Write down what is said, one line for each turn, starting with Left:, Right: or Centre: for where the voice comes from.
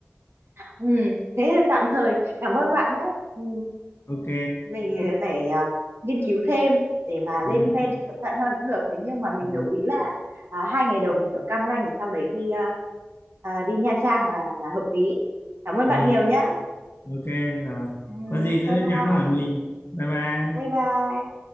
Right: Ừ, thế thì tạm thời cảm ơn bạn nhé. Ừ,
Left: ok
Right: mình phải à, nghiên cứu thêm để mà lên
Left: ừ.
Right: plan cho cẩn thận hơn cũng được. Thế nhưng mà mình
Left: Ừ.
Right: đồng ý là à, hai ngày đầu mình ở Cam Ranh rồi sau đấy đi à, à, đi Nha Trang là là hợp lý. Cảm ơn
Left: Ừ.
Right: bạn nhiều nhé.
Left: ok rồi
Right: Ừ,
Left: có gì cứ
Right: bye bye,
Left: nhắn hỏi mình bye bye
Right: bye bye.